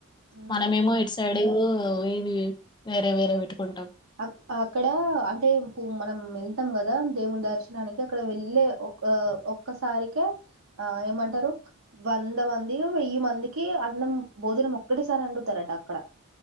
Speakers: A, on the right; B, on the left.
A: హ్మ్.
B: మనమేమో ఇటు సైడ్ ఇవి వేరే వేరే పెట్టుకుంటాం
A: అ అక్కడ అంటే ఇప్ మనం వెళ్తాం కదా దేవుని దర్శనానికి అక్కడ వెళ్ళే ఒ ఒక్కసారికె ఆ ఏమంటారు వంద మంది వెయ్యి మందికి అన్నం భోజనం ఒక్కటేసారి వండుతారట అక్కడ